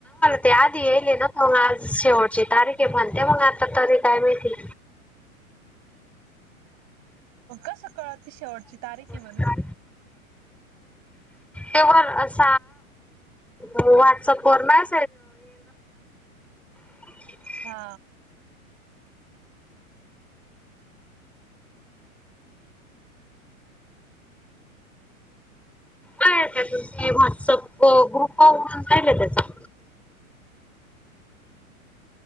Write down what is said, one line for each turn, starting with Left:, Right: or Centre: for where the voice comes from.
Centre: त्या आधी येले ना तर मग आज शेवटची तारखे म्हणते मग आता तरी काय माहिती
Right: मग कसं कळत शेवट तार क ब
Centre: ह तेवर अस वॉट्सअप वर मळ ह
Right: हा
Centre: काय आहे त्या तुम व्हॉट्सअप ग्रुप म्हणून राहिल त्याचा